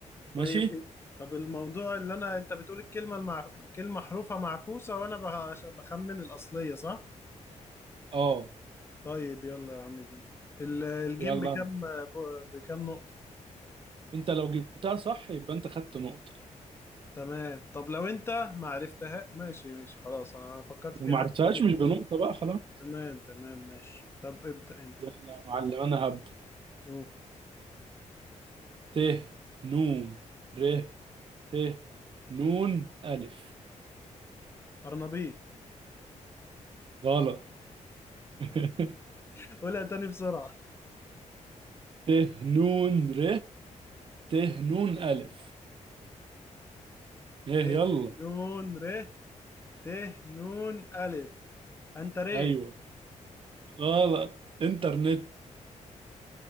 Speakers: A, on the right; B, on the left.
A: ماشي
B: طيب إيه؟ طب الموضوع اللي انا انت بتقول الكلمه المع... كلمه حروفها معكوسه وانا بخ... بخمن الاصليه صح
A: اه
B: طيب يلا يا عم بيه ال- الجيم
A: يلا
B: بكام ب- بكام نقطه
A: انت لو جبتها صح يبقى انت خدت نقطة
B: تمام طب لو انت ما عرفتها ماشي ماشي خلاص انا فكرت في
A: لو ما
B: حد
A: عرفتهاش
B: تالت.
A: مش بنقطة بقى خلاص
B: تمام تمام ماشي طب ابدأ انت
A: يلا يا معلم انا هبدأ
B: اوه
A: ت نون ر ت نون ألف
B: ارنبيط
A: غلط <laughs>
B: <laughs> قولها تاني بسرعه
A: ت نون ر ت نون ألف ايه
B: ت
A: يلا
B: نون ر ت نون ألف أنت ري
A: ايوه غلط انترنت